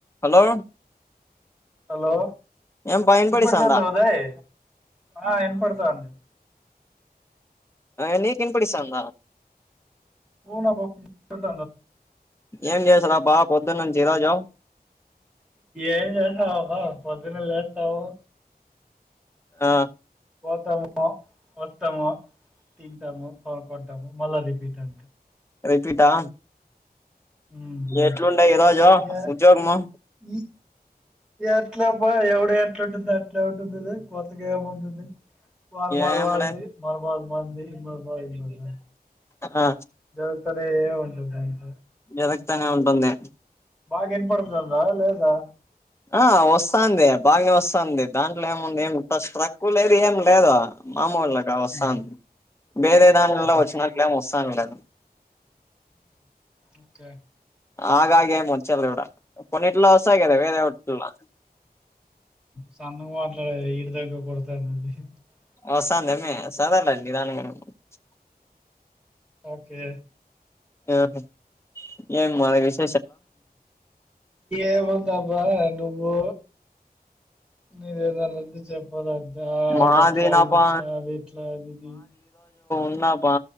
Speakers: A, on the left (about 15°); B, in the centre.
A: హలో
B: హలో
A: ఏం పా ఇనపడిస్తాందా
B: ఇనపడుతాంద ఉదాయ్ ఆ ఇనపడతాంది
A: ఆ నీకు ఇన్పిడి సాను
B: పోనా బ తద
A: ఏం చేస్తారా బా పొద్దున్న నుంచి ఈ రోజు
B: ఏం చేస్తావా పొద్దునే లేసావు
A: ఆ
B: పోతాము వస్తాము తింటాము కోనుకుంటాము మళ్ళా రిపీట్ అంతే
A: రిపీటా
B: ఉమ్ అంతే
A: ఎట్లుండే ఈ రోజు ఉద్యోగము
B: ఈ ఎట్లా బ ఎవడ ఎట్లాంటుంది అట్లా ఉంటుందిద కొత్తగా ఏమ ఉంటుంది వాళ్ల బాధ
A: ఏం
B: వాళ్లది
A: లే
B: మన బాధ మంది ఇన్న బా ఇన్న
A: ఆ
B: సూతనే ఉంటది అంత
A: ఎదగ తనే ఉంటుంది
B: బాగా విన పడుతుందా లేదా
A: ఆ వస్తది బాగానే వస్తుంది దాంట్లో ఏముంది ఏ స్ట్రక్కు లేదు ఏం లేదు లేదా మామూలుగా వస్తాంది
B: ఉహు
A: వేరే దాంలో
B: ఉహు
A: వచ్చినట్లే ఏం వస్తాను లేదు.
B: ఓకే
A: ఆగాగేం వచ్చలే కూడా కొన్నిట్లో వస్తాయి కదా వేరే టిల్లో <unintelligible>
B: సన్నంగా మాట్లాడ ఇడిదక కొడత అన్నది <unintelligible>
A: <unintelligible>
B: ఓకే
A: ఆహ ఏ మగ <unintelligible>
B: ఏముంది అబ్బా నువ్వు మీరు ఏదన్ననత చెప్పాలంత
A: మాది
B: అది అట్లా
A: నాపా
B: ఇది ఇట్లా అవి ఎట్లా అది ఇది
A: ఎన్నాపా